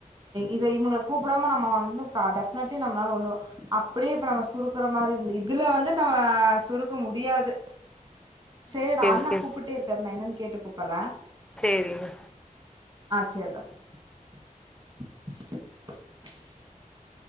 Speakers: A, on the right (about 30°); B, in the centre.
A: இத இவங்கள கூப்பிடாம நம்ம வந்து டெபினெட்லி நம்மளால ஒண்ணுவ அப்பிடியே இப்ப நம்ம சுருக்கற மாரி இருந்து இதுல வந்து தம்ம சுருக்க முடியாது சேர்டா
B: ஓகே
A: அண்ணா
B: ஓகே
A: கூப்புட்டேருக் நா என்னனு கேட்டு கூப்புட்ற
B: சேரிங்க
A: சேரிடா <unintelligible>